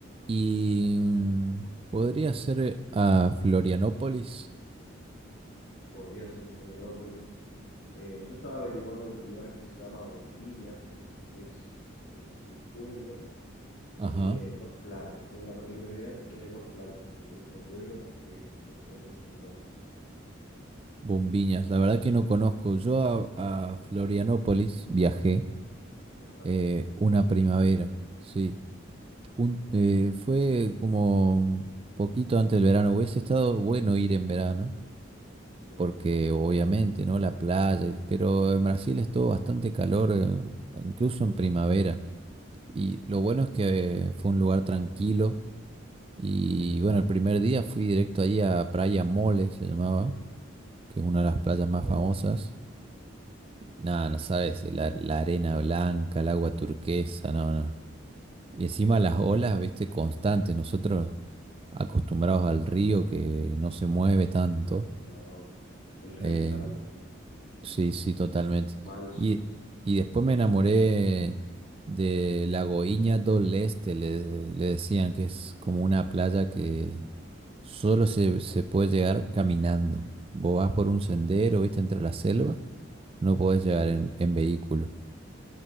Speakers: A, on the right (about 30°); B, on the left (about 85°).
A: Y mm, podría ser a Florianópolis.
B: Podría ser Florianópolis. Eh, yo estaba averiguando otro lugar que se llama Bombiñas, que es, es un pueblo
A: Ajá.
B: que tiene dos playas. Tiene la particularidad que tiene dos playas en el mismo pueblo que me dijeron que es hermoso.
A: Bombiñas. La verdad que no conozco. Yo a, a Florianópolis viajé
B: ¿Viajaste?
A: eh, una primavera. Sí. Un- eh, fue como poquito antes del verano. Hubiese estado bueno ir en verano.
B: Sí,
A: porque obviamente, ¿no? La playa, y- pero en Brasil es todo bastante calor, eh, incluso en primavera. Y lo bueno es que fue un lugar tranquilo. Y bueno, el primer día fui directo ahí a Praia Mole, se llamaba, que es una de las playas más
B: qué
A: famosas.
B: bueno.
A: Nada, no sabes, eh, la, la arena blanca, el agua turquesa, no, no. Y encima las olas, viste, constantes. Nosotros acostumbrados al río que no se mueve tanto.
B: No, el río
A: eh,
B: es calmo,
A: Sí, sí, totalmente.
B: manso,
A: Y, y después me enamoré de la Goiña del Este, le, le decían que es como una playa que solo se, se puede llegar caminando. Vos vas por un sendero, viste, entre la selva, no podés llegar
B: sí.
A: en, en vehículo.